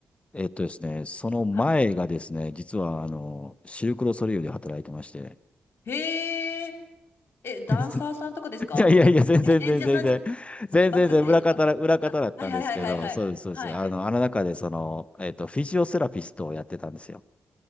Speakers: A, on the left (about 30°); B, on the left (about 65°).
A: えっとですね、その前がですね、
B: はい。
A: 実は、あの、シルクロソリュールで働いてまして。
B: へえ、え、ダンサーさんとかですかえ、
A: <laughs> いやいやいや、全然全然全然、
B: 演者さんじゃ、
A: 全然全然裏方だ、
B: バックサイドか。
A: 裏方だったんですけど、
B: はいはいはいはいはい。
A: そうです、そうです。
B: はい。
A: あの、あの中で、その、えっと、フィジオセラピストをやってたんですよ。